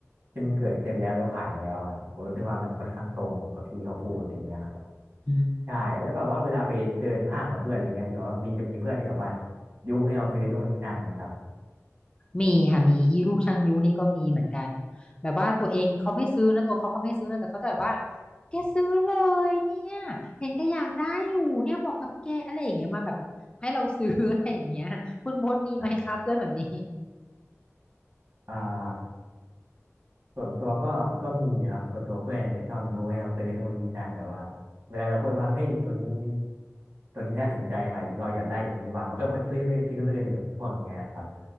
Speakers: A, on the right; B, on the left.
A: ที่มันเกิดขึ้นแล้วแล้วผ่านมาแล้วอ่ะผมรู้สึกว่ามันค่อนข้างตรงกับที่เขาพูดอย่างเงี้ยครับ
B: อืม
A: ใช่แล้วแบบว่าเวลาไปเดินห้างกับเพื่อนอะไรเงี้ยแบบว่ามีจะมีเพื่อนที่แบบว่ายุให้เราซื้อนู่นนี่นั่นเนี่ยครับ
B: มีค่ะมีอีลูกชังยูนี่ก็มีเหมือนกันแบบว่าตัวเองเขาไม่ซื้อนะตัวเขาเขาไม่ซื้อนะแต่เขาจะแบบว่าแกซื้อเลยเนี่ยเห็นแกอยากได้อยู่เนี่ยเหมาะกับแกอะไรอย่างเงี้ยมาแบบให้เราซื้อ <laughs> อะไรอย่างเงี้ยคุณโบ๊ทมีไหมคะเพื่อนแบบนี้
A: ครับอ่า ส่วนตัวก็ก็มีครับส่วนตัวเพื่อนเนี่ยชอบยุให้เราซื้อนู่นนี่นั่นแบบว่าเวลาเราพูดว่าเฮ้ยตัวนี้ตัวนี้น่าสนใจว่ะเราอยากได้ตัวนี้ว่ะมันก็ว่าซื้อเลยซื้อเลยเลยแบบพวกเนี้ยครับ